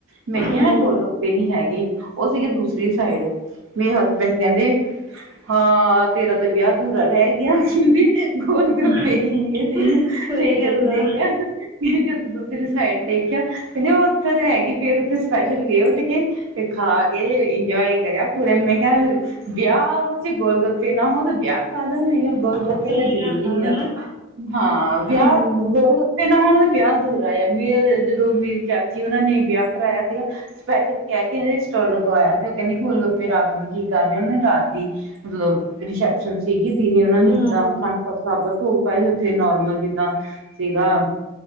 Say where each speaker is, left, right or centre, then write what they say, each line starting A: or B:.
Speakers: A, on the right; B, on the right.
A: ਮੈਂ ਕਿਹਾ
B: ਹੂੰ
A: ਗੋਲ ਗੱਪੇ ਨਹੀਂ ਹੈਗੇ ਉਹ ਸੀਗੇ ਦੂਸਰੀ ਸਾਈਡ ਮੇਰੇ ਹਸਬੈਂਡ ਕਹਿੰਦੇ ਹਾਂ ਤੇਰਾ ਤੇ ਵਿਆਹ ਅਧੂਰਾ ਰਹਿ ਗਿਆ ਕਹਿੰਦੇ। ਗੋਲ ਗੱਪੇ
B: ਸਹੀ
A: ਨੀ ਮਿਲੇ ਤੈਨੂੰ ਫਿਰ
B: ਗੱਲ
A: ਜਦੋਂ
B: ਆ
A: ਦੇਖਿਆ ਫ ਜਦੋਂ ਦੂਸਰੀ ਸਾਈਡ ਦੇਖਿਆ। ਕਹਿੰਦੇ ਉਹ ਉੱਥਰ ਹੈਗੀ ਫੇਰ ਉੱਥੇ ਸਪੈਸ਼ਲ ਗਏ ਉੱਠ ਕੇ ਤੇ ਖਾ ਕੇ ਇੰਜੋਏ ਕਰਿਆ। ਪੂਰੇ ਮੈਂ ਕਿਹਾ ਵਿਆਹ ਹੋ ਚੇ ਗੋਲ ਗੱਪੇ ਨਾ ਹੋ ਤਾਂ ਕਾਦਾ ਮ ਗੋਲ ਗੱਪੇ
B: ਸਹੀ
A: ਤਾਂ ਜਰੂਰੀ
B: ਗੱਲ
A: ਆ
B: ਹਨਾ
A: ਹਾਂ ਵਿਆਹ
B: ਹੂੰ
A: ਗੋਲ ਗੱਪੇ ਪਹਿਲਾ ਹੁਣ ਉਹ ਵਿਆਹ ਅਧੂਰਾ ਆ। ਜਦੋਂ ਮੇਰੀ ਚਾਚੀ ਉਹਨਾਂ ਨੇ ਵਿਆਹ ਕਰਵਾਇਆ ਸੀਗਾ ਸਪੈਸ਼ਲ ਕਹਿ ਕੇ ਉਹ ਸਟੋਲ ਲਗਵਾਇਆ ਸੀ। ਕਹਿੰਦੇ ਗੋਲ ਗੱਪੇ ਰਾਤ ਨੂੰ ਕੀ ਕਰ ਰ ਉਹਨਾਂ ਨੇ ਰਾਤ ਦੀ ਮਤਲਬ ਰਿਸੈਪਸ਼ਨ ਸੀ। ਜ ਦੀ ਨੇ ਉਹਨਾਂ ਨੇ
B: ਹੂੰ
A: ਜਿੱਦਾਂ ਆਖੰਡ ਪਾਠ ਸਾਹਿਬ ਦਾ ਭੋਗ ਪਾਾਇਆ ਸੀ ਉੱਥੇ ਨੋਰਮਲ ਜਿੱਦਾਂ ਸੀਗਾ